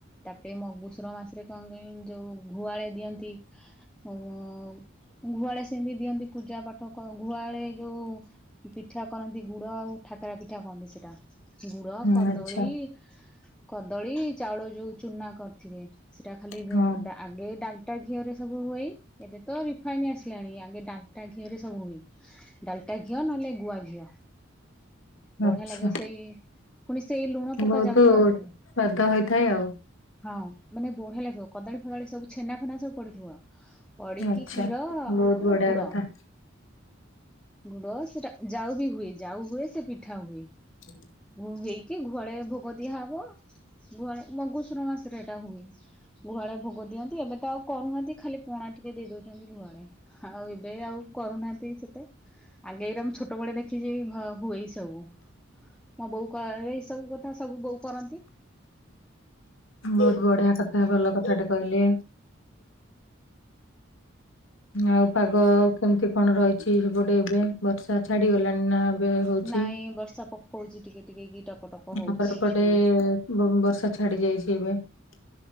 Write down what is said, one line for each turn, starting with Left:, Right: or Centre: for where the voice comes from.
Centre: ତାପରେ ମଗୁଶୁର ମାସରେ କଣ କଇ ଯୋଉ ଘୁଆଳେେ ଦିଅନ୍ତି <unintelligible> ଘୁଆଳେ ସେମିତି ଦିଅନ୍ତି ପୂଜା ପାଠ କ-ଘୁଆଳେ ଯୋଉ ପିଠା କରନ୍ତି ଗୁଡ ଆଉ ଠାକରା ପିଠା କହନ୍ତି ସେଟା। ଗୁଡ
Left: ହୁଁ
Centre: କଦଳୀ
Left: ଆଚ୍ଛା
Centre: କଦଳୀ ଚାଉଳ ଯୋଉ ଚୁନା କରିଥିବେ। ସେଇଟା ଖାଲି
Left: ହଁ
Centre: ଡା ଆଗେ ଡାଲ ଟା ଘିଅ ରେ ସବୁ ହୁଅଇ ଏ ଏବେ ତ ରିଫାଇନ ଆସିଲାଣି ଆଗେ ଡାଲଟା ଘିଅରେ ସବୁ ହୋଇ ଡା ଲଟା ଘିଅ ନହେଲେ ଗୁଆ ଘିଅ ବଢ଼ିଆ
Left: ଆଚ୍ଛା
Centre: ଲାଗିବ ସେଇ । ପୁଣି ସେଇ ଲୁଣ ପକା
Left: ବହୁତ
Centre: ଯାଉ କରନ୍ତି
Left: ସ୍ଵାଦ ହେଇଥାଏ ଆଉ
Centre: ହଁ ମାନେ ବଢିଆ ଲାଗିବ । କଦଳୀ ଫଦଳୀ ସବୁ ଛେନା ଫେନା ସବୁ ପଡିଥିବ ପଡିକି
Left: ଆଚ୍ଛା
Centre: କ୍ଷୀର
Left: ବହୁତ
Centre: ଆଉ
Left: ବଢିଆ
Centre: ଗୁଡ।
Left: କଥା
Centre: ଗୁଡ ସେଟା ଯାଉ ବି ହୁଏ ଯାଉ ହୁଏ ସେ ପିଠା ହୁଏ ।
Left: ହଁ।
Centre: ଘୁ ହେଇକି ଘୁଆଳ ଭୋଗ ଦିଆହବ ଗୁହା ମଘୁଶୁର ମାସରେ ଏଇଟା ହୁଏ । ଘୁହାଳେ ଭୋଗ ଦିଅନ୍ତି ଏବେ ତ ଆଉ କରୁହାନ୍ତି ଖାଲି ପଣା ଟିକେ ଦେଇ ଦଉଛନ୍ତି ଘୁହାଳେ ଆଉ ଏବେ ଆଉ। କରୁନାହାନ୍ତି ସେତେ ଆଗେ ଏଇରା ମୁଁ ଛୋଟବେଳେ ଦେଖିଛି ଘ ହୁଏ ଏଇ ସବୁ ମୋ ବୋଉ କ ଏଇ ସବୁ କଥା ସବୁ ବୋଉ କରନ୍ତି।
Left: ବହୁତ ବଢିଆ କଥା ଭଲ କଥାଟେ କହିଲେ। ଆଉ ପାଗ କେମିତି କଣ ରହିଛି ସେପଟେ ଏବେ ବର୍ଷା ଛାଡିଗଲାଣି ନା। ଏବେ ହଉଛି
Centre: ନାଇଁ ବର୍ଷା ପକଉଛି ଟିକେ ଟିକେ କି ଟପ ଟପ ହଉଛି।
Left: ଆମାର ଏପଟେ ବର୍ଷା । ଛାଡି ଯାଇଛି ଏବେ ।